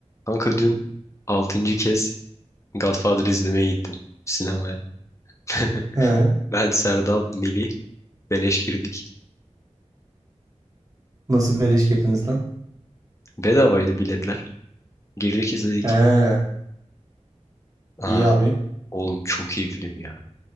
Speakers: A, on the left; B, on the right.
A: Kanka dün altıncı kez Godfather izlemeye gittim sinemaya. <laughs>
B: He.
A: Ben, Serdal, Melih beleş girdik.
B: Nasıl beleş girdiniz lan?
A: Bedavaydı biletler. Girdik izledik.
B: He.
A: Aa,
B: iyi abi.
A: oğlum çok iyi film ya.